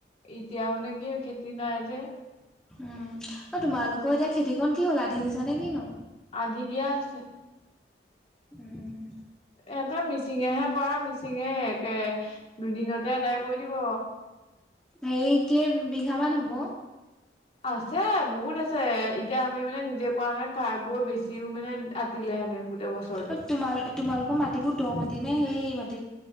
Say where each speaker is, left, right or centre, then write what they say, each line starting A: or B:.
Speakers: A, on the left; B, in the centre.
A: এতিয়া মানে কি খেতি নাই যে।
B: উম অ তোমালোকৰ এতিয়া খেতিকণ কি হলা আঁধি দিছা নে কিনো?
A: আধি দিয়া আছে
B: উম
A: এটা মিছ মিচিঙেহে কৰা মিচিঙে একে দুদিনতে আদায় কৰি দিব
B: সেই কে বিঘা মান হব?
A: আছে বহুত আছে এতিয়া আমি মানে নিজে কোৱা হেতেন খাই বৈ বেছিও মানে আতিলেহেঁতেন গোটেই বছৰটো
B: অ তোমাল তোমালোকৰ মাটিবোৰ দ মাটি নে সেই মি